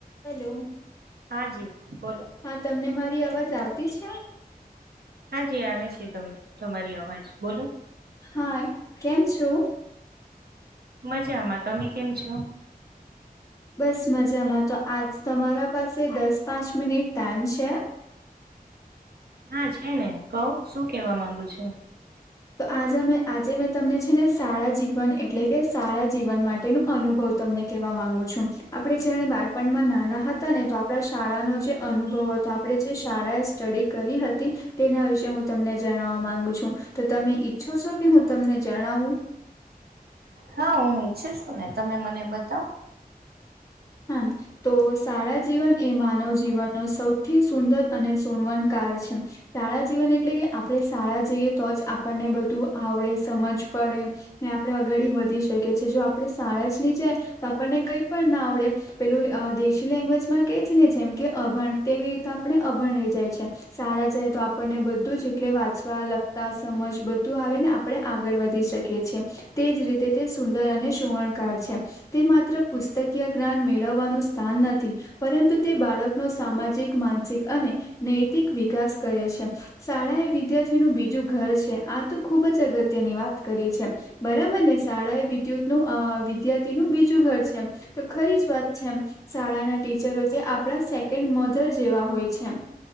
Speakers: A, on the left (about 20°); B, on the right (about 80°).
A: Hello
B: હા જી બોલો.
A: હા તમને મારી અવાજ આવતી છે.
B: હા જી આવે છે તમને તમારી અવાજ બોલો.
A: હાય કેમ છો.
B: મજામાં તમે કેમ છો.
A: બસ મજામાં તો આજ તમારા પાસે દસ પાંચ મિનિટ ટાઈમ છે.
B: હા છે ને કવો શું કેવા માંગુ છો.
A: તો આજ આજે મેં તમને છે ને સારા જીવન એટલે કે સારા જીવન માટે નો અનુભવ તમને કેવા માંગુ છું. આપણે જ્યારે બાળપણમાં નાના હતા ને તો આપણા શાળાનો જે અનુભવ હતો આપણે જે શાળાએ સ્ટડી કરી હતી તેના વિશે હું તમને જણવા માંગુ છું તો તમે ઈચ્છો છો કે હું તમને જણાવું.
B: હા હું ઈચ્છું છું ને તમે મને બતાવો.
A: હા. તો શાળા જીવન એ માનવ જીવનનો સૌથી સુંદર અને સુણવણ કળ છે. શાળા જીવન એટલે કે આપણે શાળા જઈએ તો જ આપણને બધું આવડે સમજ પડે. ને આપણે અગાળી વધી શકીએ છીએ જો આપણે શાળા જ ની જાય તો આપણને કઈ પણ ના આવડે. પેલું આ દેશી લેંગ્વેજમાં કે છે ને જેમ કે અભણ તેવી રીતે આપણે અભણ રહી જાય છે. શાળા જઈ તો આપણને બધું જ એટલે વાંચવા લખતા સમજ બધું આવે ને અપ આપણે આગળ વધી શકીએ છીએ. તે જ રીતે તે સુંદર અને સુવણકાર છે તે માત્ર પુસ્તકીય જ્ઞાન મેળવવાનું સ્થાન નથી. પરંતુ તે બાળકનો સામાજિક માનસિક અને નૈતિક વિકાસ કરે છે. શાળા એ વિદ્યાર્થીનું બીજું ઘર છે આ તો ખુબ જ અગત્યની વાત કરી છે. બરાબર ને શાળાએ વિદ્યુત નું અ વિદ્યાર્થીનું બીજું ઘર છે. તો ખરી જ વાત છે એમ. શાળાના ટીચરો જે આપણા સેકન્ડ મધર જેવા હોય છે.